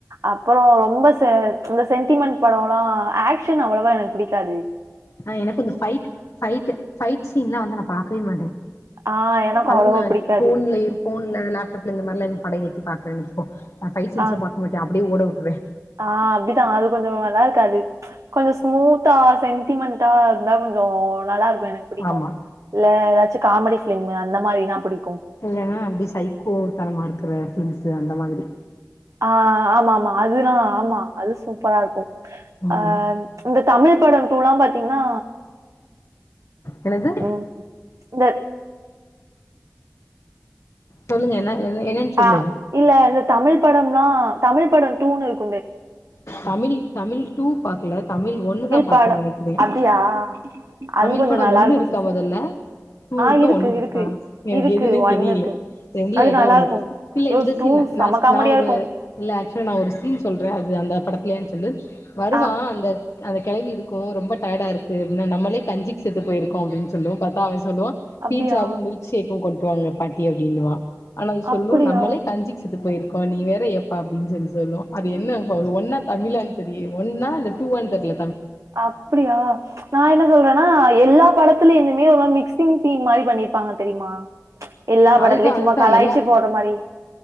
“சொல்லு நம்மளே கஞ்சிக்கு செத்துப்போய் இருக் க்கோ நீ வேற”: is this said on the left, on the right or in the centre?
Left